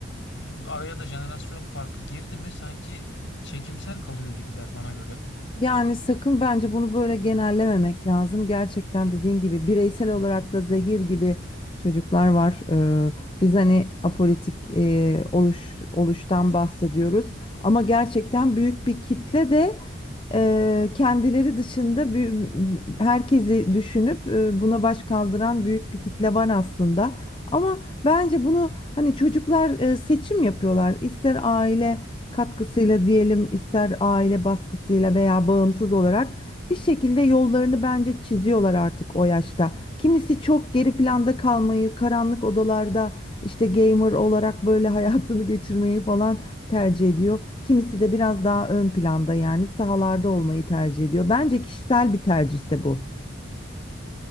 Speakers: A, on the left; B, on the left.
A: e, araya da jenerasyon farkı girdi mi sanki çekimser kalıyor gibiler bana göre.
B: Yani sakın bence bunu böyle genellememek lazım. Gerçekten dediğin gibi bireysel olarak da zehir gibi çocuklar var. Ee, biz hani apolitik e, oluş, oluştan bahsediyoruz. Ama gerçekten büyük bir kitle de Eee, kendileri dışında bü- herkesi düşünüp e, buna baş kaldıran büyük bir kitle var aslında. Ama bence bunu hani çocuklar e, seçim yapıyorlar. İster aile katkısıyla diyelim, ister aile baskısıyla veya bağımsız olarak bir şekilde yollarını bence çiziyorlar artık o yaşta. Kimisi çok geri planda kalmayı, karanlık odalarda işte gamer olarak böyle <laughs> hayatını geçirmeyi falan tercih ediyor. Kimisi de biraz daha ön planda yani sahalarda olmayı tercih ediyor. Bence kişisel bir tercih de bu.